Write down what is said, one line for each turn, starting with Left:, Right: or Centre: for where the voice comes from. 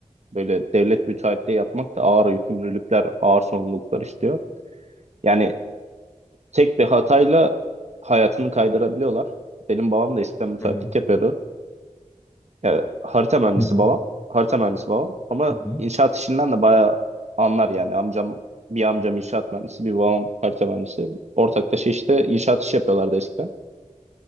Right: böyle devlet müteahhitliği yapmak da ağır yükümlülükler, ağır sorumluluklar istiyor. Yani tek bir hatayla hayatını kaydırabiliyorlar. Benim babam da eskiden müteahhitlik
Left: Hı hı.
Right: yapıyordu. Ya, harita mühendisi
Left: Hı hı.
Right: babam. Harita mühendisi babam. Ama
Left: Hı hı.
Right: inşaat işinden de bayağı anlar yani. Amcam bir amcam inşaat mühendisi, bir babam harita mühendisi. Ortaklaşa işte inşaat işi yapıyorlardı eskiden.